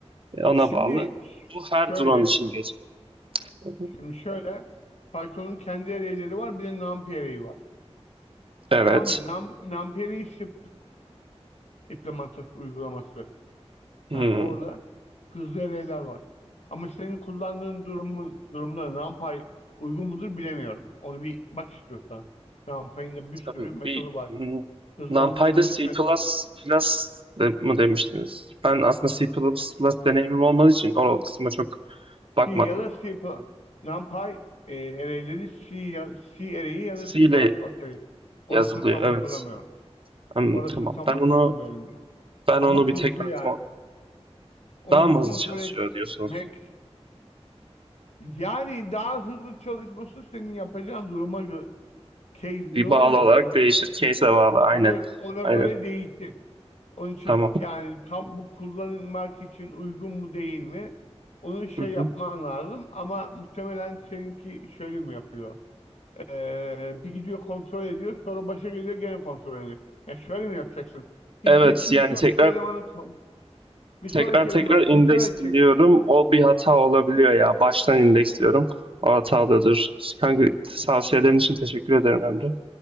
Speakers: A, on the right (about 55°); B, on the left (about 85°).
A: e, ona
B: Şimdi
A: bağlı. Bu her
B: şöyle,
A: drone için geçer Hı hı.
B: şimdi şöyle Python'un kendi array'leri var, bir de NumPy array'i var.
A: Evet.
B: Tamam mı? Num, NumPy array'i C++ implementası uygulaması.
A: Hmm.
B: Yani orada hızlı eleyler var. Ama senin kullandığın durumu, durumda NumPy uygun mudur bilemiyorum. Onu bir bak istiyorsan. NumPy'in de bir sürü
A: Tabii
B: metodu
A: bir
B: var.
A: n-
B: Hızlandırılmış
A: NumPy'de C++
B: metot.
A: plus de, mı demiştiniz? Ben aslında C++ plus deneyimim olmadığı için o kısma çok bakmadım.
B: C ya da C++.
A: Evet.
B: NumPy e, array'leri C, ya, C array'i ya
A: C
B: da C++
A: ile
B: array'i. Orasını
A: yazılıyor
B: tam
A: evet.
B: hatırlamıyorum.
A: Hmm,
B: Orasını
A: tamam.
B: tam
A: Ben
B: hatırlamıyorum.
A: onu ben
B: Ama
A: onu bir
B: hızlı
A: tekrar ko-
B: yani. Onu
A: daha mı
B: bir kontrol
A: hızlı çalışıyor
B: etmek.
A: diyorsunuz?
B: Yani daha hızlı çalışması senin yapacağın duruma göre case
A: Bir
B: diyorlar
A: Bağlı
B: ya
A: olarak
B: durum.
A: değişir. Case'e bağlı. Aynen.
B: Ona, ona
A: Aynen.
B: göre değişir. Onun için
A: Tamam.
B: yani tam bu kullanılmak için uygun mu değil mi? Onu şey
A: Hı hı.
B: yapman lazım ama muhtemelen seninki şöyle mi yapıyor? Ee, bir gidiyor kontrol ediyor sonra başa geliyor gene kontrol ediyor. Ya şöyle mi yapacaksın? Gideceksin
A: Evet yani
B: bir
A: tekrar
B: sonraki elemanı ko- bir sonraki
A: Tekrar tekrar
B: elemanı
A: indeksliyorum.
B: kontrol edeceksin.
A: O bir hata olabiliyor ya. Baştan indeksliyorum. O hatalıdır. Kanka tavsiyelerin için teşekkür ederim Emre.